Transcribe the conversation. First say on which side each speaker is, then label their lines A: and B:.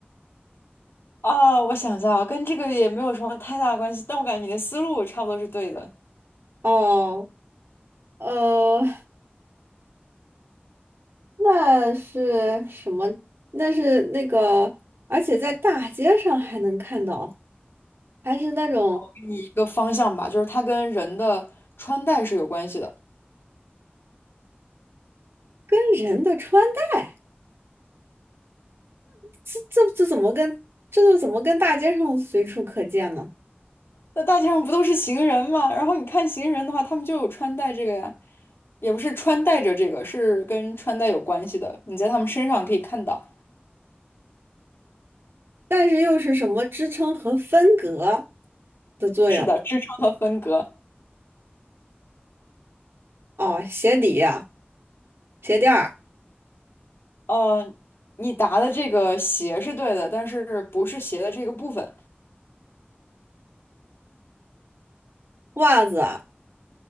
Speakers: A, on the left; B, on the right.
A: 哦，我想一下啊，跟这个也没有什么太大的关系，但我感觉你的思路差不多是对的，
B: 哦，呃，那是什么？那是那个，而且在大街上还能看到，还是那种
A: 给你一个方向吧，就是它跟人的穿戴是有关系的。
B: 跟人的穿戴，这这这怎么跟这就怎么跟大街上随处可见呢？
A: 那大街上不都是行人吗？然后你看行人的话，他们就有穿戴这个呀，也不是穿戴着这个，是跟穿戴有关系的。你在他们身上可以看到，
B: 但是又是什么支撑和分隔的作用？
A: 是的，支撑和分隔。
B: 哦，鞋底、鞋垫儿、
A: 呃，你答的这个鞋是对的，但是不是鞋的这个部分，
B: 袜子、